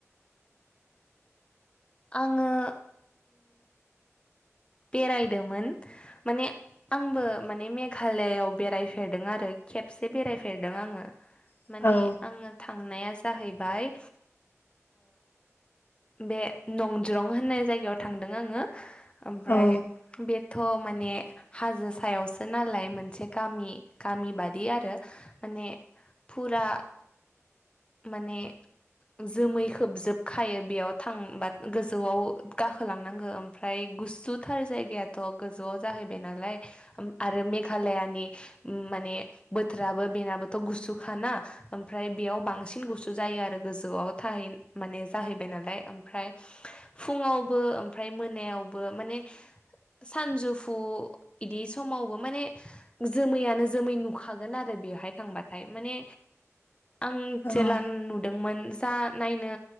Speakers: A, on the left; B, on the left.
A: आङो बेरायदोंमोन माने आंबो माने मेघालआव बेरायफेरदों आरो। खेबसे बेरायफेरदों आङो
B: औ
A: माने आङो थांनाया जाहैबाय। बे नंजरं होननाय जायगायाव थांदों आङो ओमफ्राय
B: औ
A: बे थ' माने हाजो सायावसो नालाय मोनसे गामि गामि बादि आरो। माने फुरा। माने। जोमै खोबजोबखायो बेयाव थांबा गोजौआव गाखोलांनांगौ ओमफ्राय। गुसुथार जायगायाथ' गोजौआव जाहैबाय नालाय आरो मेघालयानि माने बोथोराबो बेनाबोथ' गुसुखाना ओमफ्राय बेयाव बां सिन गुसु जायो आरो गोजौआव थाहै माने जाहैबाय नालाय ओमफ्राय फुङावबो। ओमफ्राय मोनायावबो माने। सानजौफु बिदि समावबो माने जोमैयानो जोमै नुखागोन आरो। यावहाय थांबाथाय माने आं।
B: औ
A: जेला नुदोंमोन जा नायनो